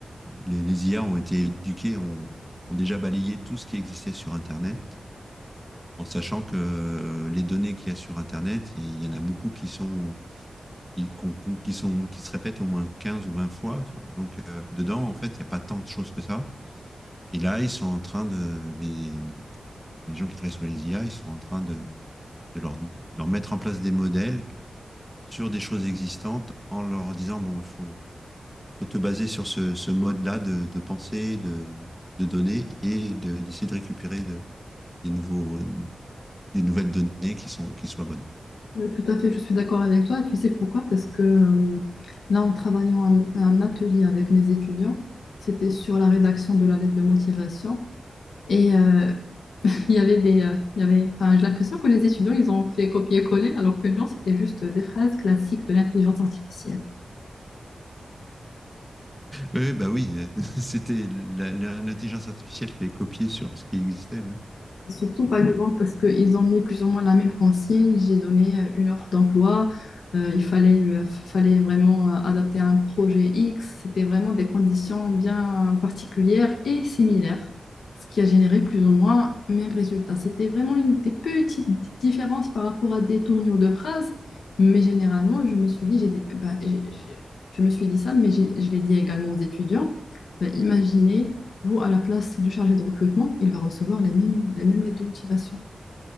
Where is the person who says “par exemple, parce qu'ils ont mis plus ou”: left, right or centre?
Left